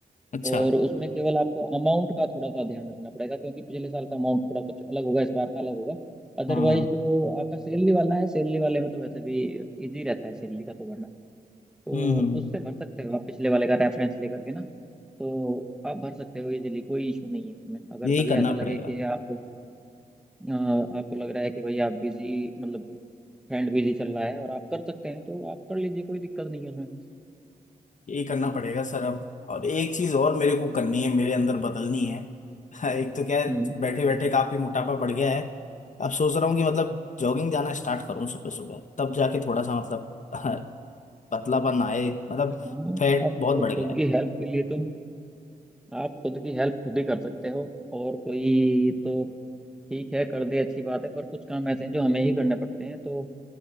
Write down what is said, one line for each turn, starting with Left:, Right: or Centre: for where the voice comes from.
Left: अच्छा
Centre: और उसमें केवल आपको अमाउंट का थोड़ा सा ध्यान रखना पड़ेगा क्योंकि पिछले साल का अमाउंट थोड़ा कुछ अलग होगा इस बार का अलग होगा अदरवाइज
Left: हाँ हाँ
Centre: तो आपका सैलरी वाला है सैलरी वाले में तो वैसे भी इजी रहता है सैलरी का तो भरना तो
Left: हम्म हम्म,
Centre: उससे भर सकते हो आप पिछले वाले का रेफरेंस लेकर के ना तो आप भर सकते हो इजीली कोई इशू नहीं है इसमें अगर
Left: यही
Centre: कभी
Left: करना
Centre: ऐसा लगे
Left: पड़ेगा
Centre: कि आप अ, आपको लग रहा है कि भाई आप बिजी मतलब फ्रेंड बिजी चल रहा है और आप कर सकते हैं तो आप कर लीजिए कोई दिक्कत नहीं है उसमें
Left: यही करना पड़ेगा सर अब और एक चीज और मेरे को करनी है मेरे अंदर बदलनी है <laughs> एक तो क्या है
Centre: हम्म
Left: बैठे बैठे काफी मोटापा बढ़ गया है अब सोच रहा हूँ कि मतलब जॉगिंग जाना स्टार्ट करूँ सुबह सुबह तब जाके थोड़ा सा मतलब <laughs> पतलापन आए मतलब
Centre: हाँ,
Left: फैट
Centre: आप
Left: बहुत
Centre: खुद
Left: बढ़ गया है
Centre: की हेल्प के लिए तो आप खुद की हेल्प खुद ही कर सकते हो और कोई तो ठीक है कर दे अच्छी बात है पर कुछ काम ऐसे हैं जो हमें ही करने पड़ते हैं तो